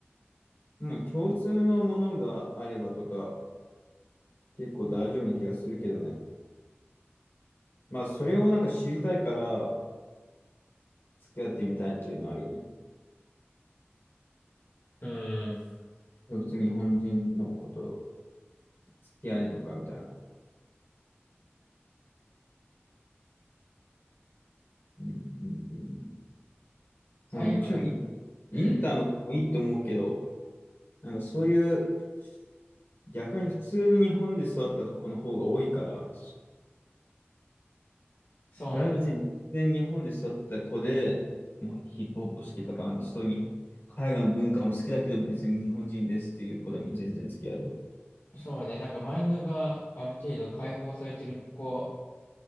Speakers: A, on the left; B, on the left.
A: まあ共通のものがあればとか、結構大丈夫な気がするけどね。まあ、それをなんか知りたいから、付き合ってみたいっていうのあるよね。
B: うん。
A: 普通に日本人のこと、付き合えるのかみたいな。うんうんうん。
B: 最後に、
A: まあ、もちろんイン、インターの子もいいと思うけど、
B: うん。
A: なんかそういう、逆に普通の日本で育った子の方が多いから、
B: そうね。
A: 俺は別に全然日本で育った子で、もうヒップホップ好きとか、なんかそういう海外の文化も好きだけど、別に日本人ですっていう子でも全然付き合えるわ。
B: そうね。なんかマインドがある程度解放されてる子